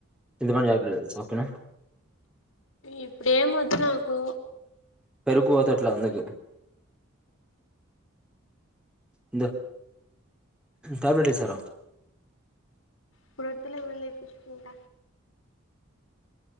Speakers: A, in the centre; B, on the left (about 75°).
A: చింతపండు చాక్లెట్ తెస్తా ఓకేనా
B: ఇప్పుడే మొద్దు నాకు
A: పెరుకుపోత ఎట్లాగు అందుకె ఇందో టాబ్లెట్ ఏసారా
B: ఇప్పుడుదులే వెళ్ళి పసుకుంట